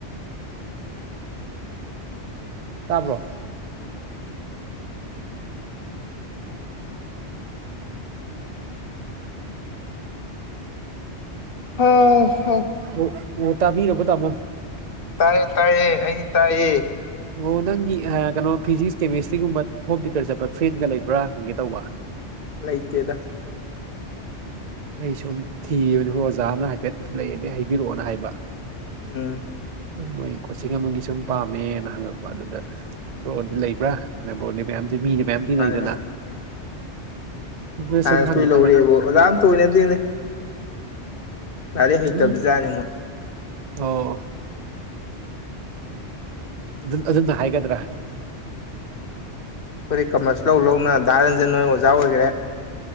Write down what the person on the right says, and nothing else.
ꯇꯥꯕ꯭ꯔꯣ
ꯑꯣ ꯑꯣ ꯇꯥꯕꯤꯔ ꯇꯃꯣ
ꯑꯣ ꯅꯪꯒꯤ ꯀꯩꯅꯣ ꯐꯤꯖꯤꯛꯁ ꯀꯦꯃꯦꯁꯇ꯭ꯔꯤꯒꯨꯝꯕ ꯍꯣꯝ ꯇꯌꯨꯇꯔ ꯆꯠꯄ ꯐ꯭ꯔꯦꯟꯒ ꯂꯩꯕ꯭ꯔꯥ ꯈꯪꯒꯦ ꯇꯧꯕ
ꯑꯩ ꯁꯨꯝ ꯊꯤꯕꯅꯤ ꯍꯣꯏ ꯑꯣꯖꯥ ꯑꯃꯅ ꯍꯥꯏꯐꯦꯠ ꯂꯩꯅꯦ ꯍꯥꯏꯕꯤꯔꯛꯑꯣꯅ ꯍꯥꯏꯕ
ꯃꯣꯏ ꯀꯣꯆꯤꯡ ꯑꯃꯒꯤ ꯁꯨꯝ ꯄꯥꯝꯃꯦꯅ ꯍꯪꯉꯛꯄ ꯑꯗꯨꯗ ꯕ꯭ꯔꯣꯔꯗꯗꯤ ꯂꯩꯕ꯭ꯔꯥ ꯑꯅ ꯕ꯭ꯔꯣꯔꯗꯗꯤ ꯃꯌꯥꯝ ꯑ ꯃꯤꯁꯦ ꯃꯌꯥꯝ ꯇꯤꯟꯅꯩꯗꯅ
ꯑꯗꯨ
ꯁꯨꯝ ꯍꯪ
ꯍꯪꯉꯛ
ꯎꯝ
ꯑꯣ ꯑꯗꯨꯝ ꯑꯗꯨꯝꯅ ꯍꯥꯏꯒꯗꯔ